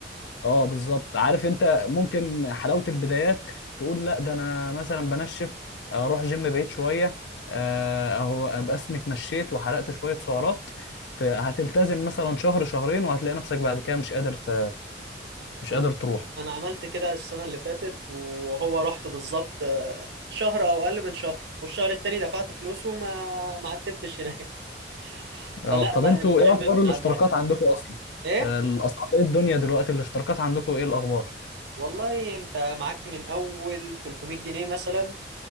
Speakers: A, on the left; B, on the right.
A: اه بالظبط عارف انت ممكن حلاوة البدايات تقول لا ده انا مثلا بنشف آه، اروح جيم بعيد شوية آه، اهو ابقى اسمي اتمشيت وحرقت شوية سعرات فهتلتزم مثلا شهر شهرين وهتلاقي نفسك بعد كده مش قادر ت... مش
B: انا
A: قادر تروح
B: انا عملت كده السنه اللي فاتت وهو رحت بالظبط آه، شهر او اقل من شهر والشهر التاني دفعت فلوس وما ما عتبتش هناك
A: اه
B: فلا
A: طب
B: لا
A: انتوا
B: الجيم
A: ايه اخبار
B: بتاع
A: الاشتراكات
B: المره
A: عندكم اصلا
B: ايه
A: آه، الاسعار ايه الدنيا دلوقتي الاشتراكات عندكم ايه الاخبار
B: والله انت معاك من اول 300 جنيه مثلا